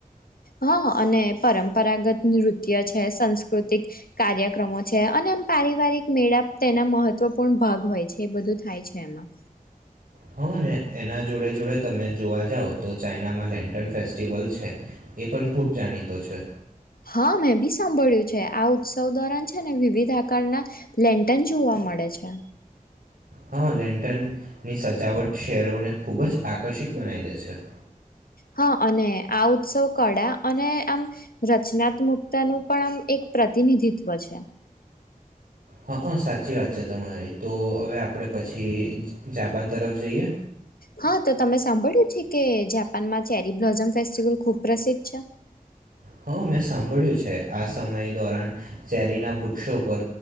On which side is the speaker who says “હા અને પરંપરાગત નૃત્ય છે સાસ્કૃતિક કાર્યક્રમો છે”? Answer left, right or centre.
Left